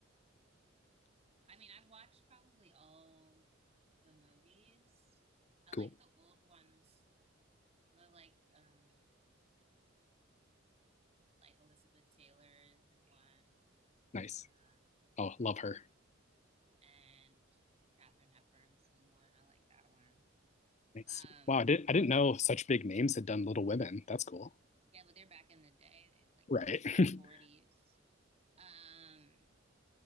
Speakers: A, on the right (about 30°); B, on the left (about 35°).
A: I mean, I've watched probably all the movies. I like
B: Cool.
A: the old ones. I like um like Elizabeth Taylor's in one,
B: Nice.
A: uh,
B: Oh, love her.
A: and Katharine Hepburn's in one. I like that one.
B: Nice.
A: Um,
B: Wow, I didn't I didn't know such big names had done Little Women. That's cool.
A: yeah, but they're back in the day, they like
B: Right.
A: the
B: <laughs>
A: the 40s. Um,